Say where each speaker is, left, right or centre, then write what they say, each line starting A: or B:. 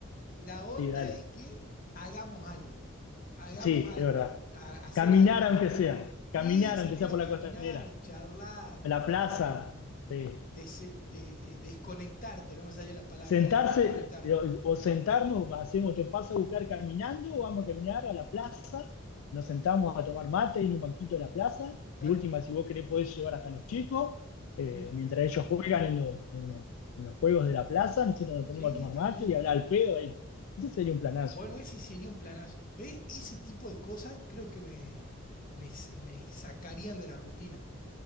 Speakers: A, on the left; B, on the left.
A: La onda
B: sí, dale,
A: es que hagamos algo, hagamos
B: sí,
A: algo,
B: es verdad.
A: u- a- hacer
B: Caminar
A: algo.
B: aunque sea, caminar
A: Sí, salir
B: aunque sea
A: a
B: por la
A: caminar,
B: costanera,
A: charlar,
B: a la plaza,
A: em,
B: sí.
A: dese- de- eh, desconectarte, no me salió la palabra,
B: Sentarse
A: era desconectarte.
B: o, o sentarnos, hacemos, te paso a buscar caminando, o vamos a caminar a la plaza, nos sentamos a tomar mate en un banquito de la plaza.
A: Claro.
B: De última, si vos querés, podés llevar hasta los chicos, eh,
A: Mm.
B: mientras ellos juegan en, lo- en lo- en los juegos de la plaza, nosotros nos
A: Sí,
B: ponemos a tomar
A: también.
B: mate y hablar al pedo ahí. Ese sería un planazo.
A: Bueno, ese sería un planazo. ¿Ve? Ese tipo de cosas creo que me, me, me sacarían de la rutina.